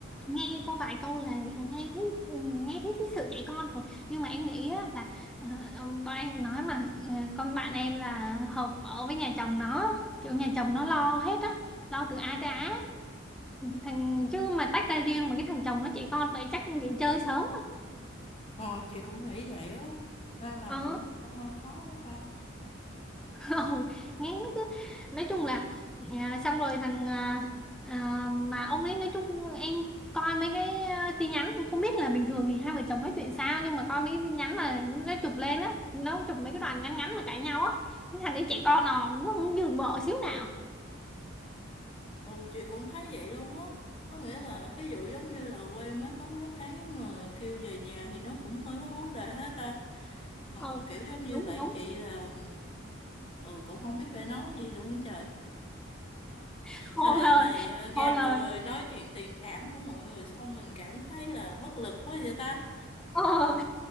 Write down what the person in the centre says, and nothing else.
nghe qua vài câu là nghe thấy nghe thấy cái sự trẻ con rồi nhưng mà em nghĩ á, là ờ, ờ, bọn em nói mà ờ, con bạn em là hợp ở với nhà chồng nó kiểu nhà chồng nó lo hết á lo từ A tới Á thằng chứ mà tách ra riêng mà cái thằng chồng nó trẻ con vậy chắc nghỉ chơi sớm á.
Ờ
<laughs> không nghe nó cứ nói chung là à, xong rồi thằng à, à, mà ông ấy nói chung em coi mấy cái à, tin nhắn không biết là bình thường thì hai vợ chồng nói chuyện sao nhưng mà coi mấy cái tin nhắn mà nó chụp lên á nó chụp mấy cái đoạn ngắn ngắn mà cãi nhau á cái thằng ấy trẻ con òm nó không nhường vợ xíu nào
ờ
đúng
đúng
khô
lời
khô
lời
ờ